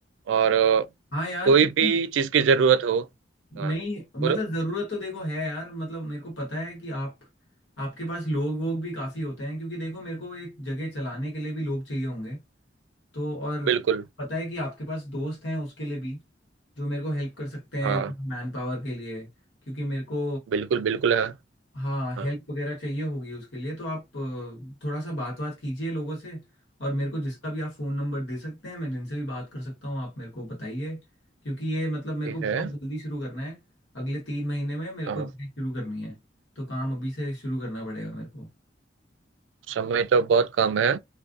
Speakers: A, on the right; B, on the left.
A: और अ,
B: हाँ यार
A: कोई
B: क्योंकि
A: भी चीज की जरूरत हो हाँ
B: नहीं
A: बोलो
B: मतलब जरूरत तो देखो है यार मतलब मेरे को पता है कि आप आपके पास लोग वोग भी काफी होते हैं क्योंकि देखो मेरे को एक जगह चलाने के लिए भी लोग चाहिए होंगे तो और
A: बिल्कुल
B: पता है कि आपके पास दोस्त हैं उसके लिए भी जो मेरे को हेल्प कर सकते हैं
A: हाँ
B: मैन पावर के लिए क्योंकि मेरे को
A: बिल्कुल बिल्कुल है
B: हाँ
A: हाँ
B: हेल्प वगैरह चाहिए होगी उसके लिए तो आप अ, थोड़ा सा बात बात कीजिए लोगों से और मेरे को जिसका भी आप फ़ोन नंबर दे सकते हैं मैं जिनसे भी बात कर सकता हूँ आप मेरे को बताइए क्योंकि ये मतलब मेरे
A: ठीक
B: को बहुत
A: है
B: जल्दी शुरू करना है अगले तीन महीने में मेरे
A: हाँ
B: को जॉब शुरू करनी है तो काम अभी से शुरू करना पड़ेगा मेरे को
A: समय तो बहुत कम है